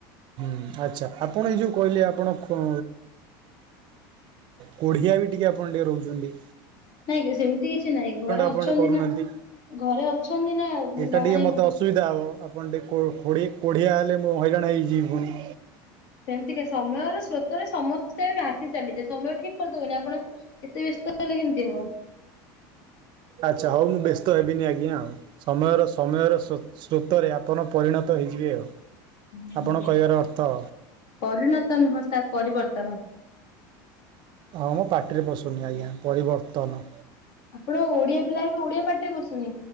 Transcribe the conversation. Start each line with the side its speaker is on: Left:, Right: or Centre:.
Right: ହୁଁ ଆଚ୍ଛା ଆ ଆପଣ ଏ ଯେଉଁ କହିଲେ ଆପଣ ଖୁ କୋଢ଼ିଆ ବି ଟିକିଏ ଆପଣ ଟିକେ ରହୁଚନ୍ତି।
Left: ନାଇଁ କି ସେମିତି କିଛି ନାଇଁ ଘରେ
Right: ଆପଣ
Left: ଅଛନ୍ତି
Right: କରୁନାହାନ୍ତି।
Left: ନା ଘରେ ଅଛନ୍ତି ନା
Right: ଏଇଟା
Left: ତାମାନେ
Right: ଟିକେ ମୋତେ ଅସୁବିଧା ହେବ ଆପଣ ଟିକିଏ କୋଢ଼ି କୋ଼ଡିଆ ହେଲେ ମୁଁ ହଇରାଣ ହେଇଯିବି ପୁଣି।
Left: ସେମିତି କାଇଁ ସମୟର ସ୍ରୋତରେ ସମସ୍ତେ ବି ଆସି ଚାଲିଯେ ସମୟ ଠିକ୍ କରିଦବନି ଆପଣ ଏତେ ବ୍ୟସ୍ତ ହେଲେ କେମିତି ହବ।
Right: ଆଚ୍ଛା ହଉ ମୁଁ ବ୍ୟସ୍ତ ହେବିନି ଆଜ୍ଞା ଆଉ ସମୟର ସମୟର ସୋ ସ୍ରୋତରେ ଆପଣ ପରିଣତ ହେଇଯିବେ ଆଉ।
Left: ହବ।
Right: ଆପଣ କହିବାର ଅର୍ଥ?
Left: ପରିଣତ ନୁହଁ ସାର ପରିବର୍ତ୍ତନ।
Right: ହଁମ ପାଟିରେ ପସୁନି ଆଜ୍ଞା ପରିବର୍ତ୍ତନ।
Left: ଆପଣ ଓଡିଆ ପିଲା ହେଇକି ଓଡିଆ ପାଟିରେ ପସୁନି?